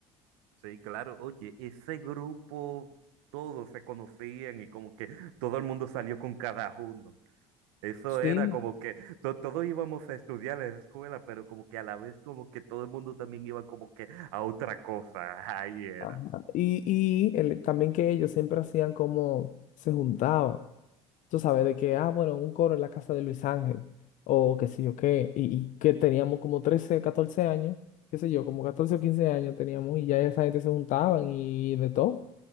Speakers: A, on the right; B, on the left.
A: Sí, claro, oye, ese grupo, todos se conocían y como que todo el mundo salió con cada uno. Eso
B: Sí,
A: era como que to- todos íbamos a estudiar en la escuela, pero como que a la vez como que todo el mundo también iba como que a otra cosa. <laughs> Ahí era.
B: Ajá. Y, y el- también que ellos siempre hacían como se juntaban. Tú sabes, de que, ah, bueno, un coro en la casa de Luis Ángel, o qué sé yo qué, y, y que teníamos como 13 14 años, qué sé yo, como 14 o 15 años teníamos, y ya esa gente se juntaban y de todo.